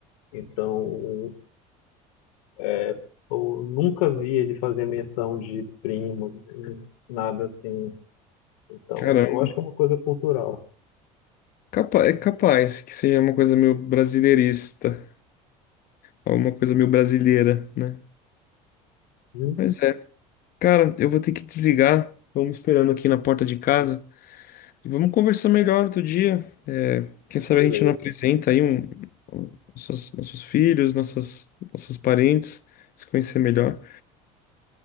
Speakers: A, on the left; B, on the left.
A: Então, é, Eu nunca vi ele fazer menção de primo, nada assim. Então,
B: Caramba,
A: eu acho que é uma coisa cultural.
B: Capa- é capaz que seja uma coisa meio brasileirista, alguma coisa meio brasileira, né?
A: Hum,
B: Mas é, cara, eu vou ter que desligar. Vamos esperando aqui na porta de casa e vamos conversar melhor outro dia. É, quem sabe
A: Beleza.
B: a gente não apresenta aí um, um- nossos, nossos filhos, nossas, nossos parentes, se conhecer melhor.